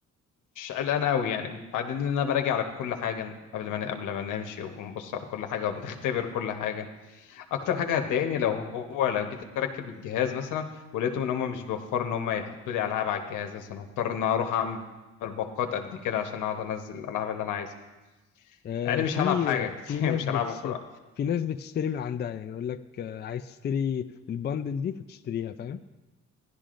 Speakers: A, on the left (about 85°); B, on the left (about 35°).
A: قلقان قوي يعني بعدين إن انا براجع على كل حاجة قبل ما ن- قبل ما نمشي وبنبص على كل حاجة وبنختبر كل حاجة اكتر حاجه هتضايقني لو هو لو جيت اركب الجهاز مثلا ولقيتهم ان هم مش بيوفروا ان هم يحطوا لي العاب على الجهاز مثلا هضطر ان أنا اروح اعمل باقات قد كده عشان اقعد انزل الالعاب اللي انا عايزها
B: آه،
A: يعني
B: في
A: مش هلعب حاجه <laughs> كتير
B: في ناس
A: مش
B: بتش
A: هلعبهم كلها
B: في ناس بتشتري من عندها يعني يقول لك آه، عايز تشتري البندل دي فتشتريها فاهم